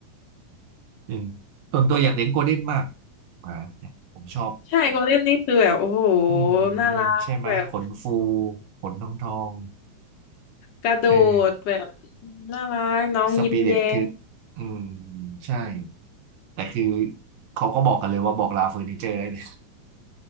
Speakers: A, on the right; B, on the left.
A: อืมส่วนตัวอยากเลี้ยงโกลเด้นมากหมาเนี่ยผมชอบ
B: ใช่โกลเด้นนี่คือแบบโอ้โห
A: อืม
B: น่ารักแบบ
A: ใช่ไหมขนฟูขนทองทอง
B: กระโดดแบบ
A: เออ
B: น่ารักน้องยิ้มแย้ม
A: สปิริตคืออืมใช่แต่คือเขาก็บอกกันเลยว่าบอกลาเฟอร์นิเจอร์ได้เลย